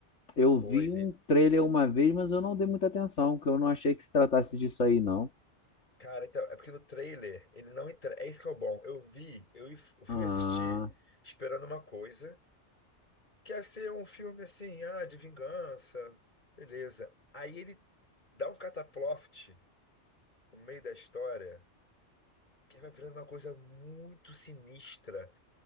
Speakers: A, on the left; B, on the left.
A: Eu
B: Pô,
A: vi
B: ele.
A: um trailer uma vez, mas eu não dei muita atenção, porque eu não achei que se tratasse disso aí, não.
B: Cara, então, é porque no trailer ele não entra. É isso que é o bom. Eu vi, eu if- eu fui
A: Ah,
B: assistir esperando uma coisa, que ia ser um filme assim, ah, de vingança, beleza. Aí ele dá um cataploft no meio da história, que vai virando uma coisa muito sinistra,